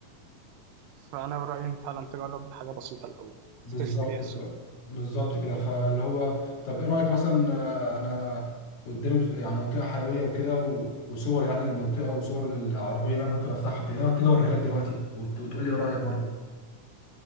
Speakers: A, on the right; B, on the left.
A: فانا برايي ان فعلا تجرب حاجه بسيطه الاول
B: بالظبط
A: تست بيها السوق
B: ف... بالظبط كده فاللي هو طب ايه رأيك مثلا آه، انا قدامي بس- يعني منطقة حيوية وكده و... وصور يعني للمنطقة وصور للعربية اللي انا ممكن افتحها كده ايه رأيك تيجي اوريها لك دلوقتي وت... وتقول لي ايه رأيك برضو